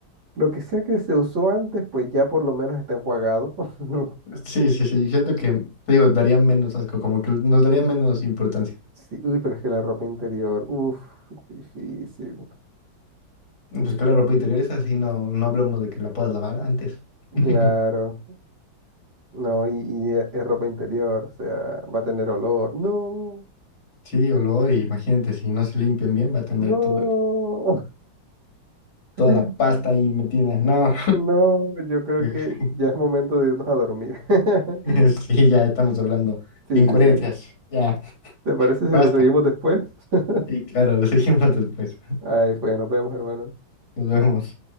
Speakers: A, on the right; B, on the left.
A: lo que sea que se usó antes, pues ya por lo menos está enjuagado. <laughs>
B: Sí, sí, sí. Siento que, te digo, daría menos asco, como que nos daría menos importancia.
A: Sí, uy, pero es que la ropa interior, uff, difícil.
B: Y Pues que la ropa interior es así, no, no hablamos de que la puedas lavar antes. <laughs>
A: Claro, no, y, y e- es ropa interior, o sea, va a tener olor. No,
B: Sí, olor, y imagínate, si no se limpian bien, va a tener
A: no,
B: todo- toda
A: <laughs>
B: la pasta ahí metida. No.
A: no, yo creo
B: <laughs>
A: que ya es momento de irnos a dormir. <laughs>
B: Sí, ya estamos hablando.
A: Sí,
B: Incoherencias.
A: sí, sí.
B: Ya,
A: ¿Te parece si
B: basta.
A: lo seguimos después? <laughs>
B: Y claro, lo seguimos después.
A: Ay, pues nos vemos, hermano.
B: Nos vemos.